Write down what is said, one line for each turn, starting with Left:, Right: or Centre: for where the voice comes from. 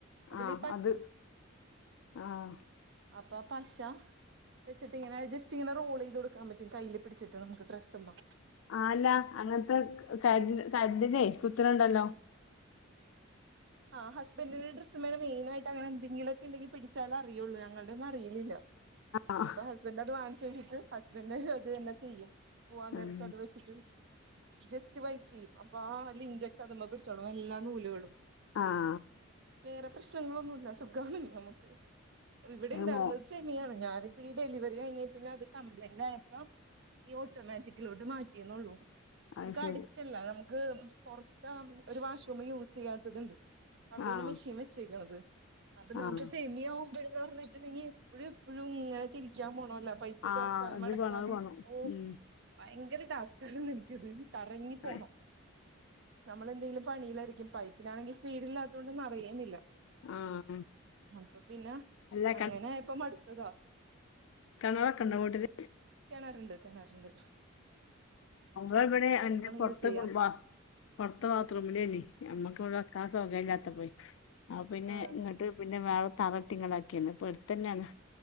Right: അതില്
Left: ആഹ് അത് ആഹ്
Right: അപ്പആഹ് പശ വെച്ചട്ടിങ്ങനെ ജസ്റ്റ് ഇങ്ങനെ റോൾ ചെയ്ത് കൊടുക്കൻ പറ്റും കയിൽ പിടിച്ചിട്ട് നമ്മുക്ക് ഡ്രസ്മ്മെ
Left: ആഹ് അല്ല അങ്ങനത്തെ ക കര്ണ്ടിനെയ് കുത്ത്ണ്ണ്ടല്ലോ
Right: ആഹ് ഹസ്ബൻഡറിന്റെ ഡസ്സ് മേ മെയിനായിട്ട് അങ്ങനെന്തെങ്കിലുംക്കെ ഉണ്ടെങ്കിൽ പിടിച്ചാല അറിയയുള്ളൂ ഞങ്ങള ഒന്നും അറിയലില്ല
Left: ആഹ്
Right: അപ്പൊ ഹസ്ബന്റ് അത് വാങ്ങിച്ച് വിച്ചിട്ട് ഹസ്ബന്റ് അത് തന്നെ ചെയ്യാം പോവാൻ നേരത്ത്
Left: ഉം
Right: അത് വെച്ചിട്ട് ജസ്റ്റ് വൈപ്പ് അപ്പൊ ആഹ് ലിന്റെക്കെ അതുമമ്പ പിടിച്ചോളും എല്ലാ നൂലുകളും
Left: ആഹ്
Right: വേറെ പ്രശ്നങ്ങളൊന്നുല്ല സുഖാണ് നമുക്ക് ഇവിടെ
Left: അത്
Right: ണ്ടായിര്ന്ന്
Left: മോ
Right: ശമിയാണ് ഞാനിപ്പ ഈ ഡെലിവറി കഴിഞ്ഞെൽ പിന്നെ അത് കംപ്ലയിന്റ് ആയപ്പം ഈ ഓട്ടോമാറ്റിക്കിലോട്ട് മാറ്റിന്നൊള്ളൂ നമുക്ക്
Left: അത് ശരി
Right: അടുത്തല്ല നമുക്ക് പൊറത്ത ഒരു വാഷ്റൂം യൂസ് ചെയ്യാത്തത്ണ്ട് അവിടൊണ്
Left: ആഹ്
Right: മെഷീൻ വെച്ചേക്ക്ണത് അപ്പൊ നമുക്ക്
Left: ആഹ്
Right: സേമിയോ പറഞ്ഞിട്ടുണ്ടെങ്കി എപ്പഴും എപ്പഴുങ്ങനെ തിരിക്കാൻ പോണല്ലോ പൈപ്പ്
Left: ആഹ്
Right: തുറക്കാനും
Left: അത്
Right: അടക്കാനും
Left: വേണം അത് വേണം
Right: ഓഹ്
Left: ഉം
Right: ഭയങ്കര ടാസ്കാര്ന്ന് എനിക്ക് കറങ്ങി പോണം
Left: ആഹ്
Right: നമ്മളെന്തെങ്കിലും പണിയിലായിരിക്കും പൈപ്പിനാണെങ്കിൽ സ്പീഡില്ലാത്തുകൊണ്ട് നറയേമില്ല
Left: ആഹ്
Right: അപ്പൊ പിന്നെ
Left: അല്ല
Right: അങ്ങനെയപ്പ മടുത്തത
Left: കെണറകണ്ടോ വീട്ടില്
Right: കെണാറ്ണ്ട് കെണാറ്ണ്ട്
Left: നമ്മൾ ബടെ അന്റെ പൊർത്ത്
Right: യൂസ് ചെയ്യാ
Left: കുൾബാ പുറത്തെ ബാത്റൂമിലേയ്നി നമ്മക്ക് ബടെ വെക്കാൻ സൗഗര്യം ഇല്ലാത്ത പോയ് ആഹ് പിന്നെ
Right: ആ
Left: ഇങ്ങട്ട് പിന്നെ വേറ തറട്ടങ്ങനക്കിയാണ് പ്പടുത്തന്നെണ്